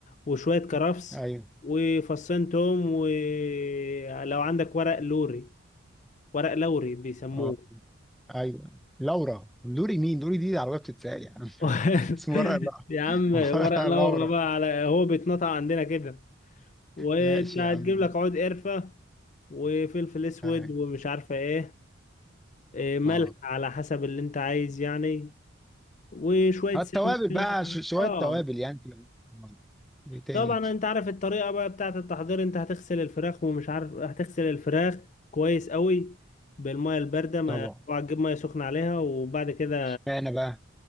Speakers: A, on the left; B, in the centre.
A: وشوية كرفس
B: ايوه
A: وفصين توم ولو عندك ورق لوري ورق لوري بيسموه
B: اه ايوه لورا لوري مين لوري دي عربيه بتتساق يا عم
A: <laughs>
B: <laughs> اسمه ورا لا
A: يا عم
B: ورا
A: ورق لورا
B: لورا
A: بقى على هو بيتنطق عندنا كده وانت
B: ماشي
A: هتجيب
B: يا عم
A: لك عود قرفة وفلفل اسود
B: أيوة.
A: ومش عارفة ايه إيه، ملح
B: اه
A: على حسب اللي انت عايز يعني وشوية
B: آه،
A: سمنة
B: التوابل بقى ش- شويه
A: اه
B: توابل يعني كده. آه. ايه تاني
A: طبعا انت عارف الطريقه بقى بتاعه التحضير انت هتغسل الفراخ ومش عارف هتغسل الفراخ كويس قوي بالميه البارده ما
B: طبعا
A: اوعى تجيب ميه سخنه عليها وبعد كده
B: اشمعنى بقى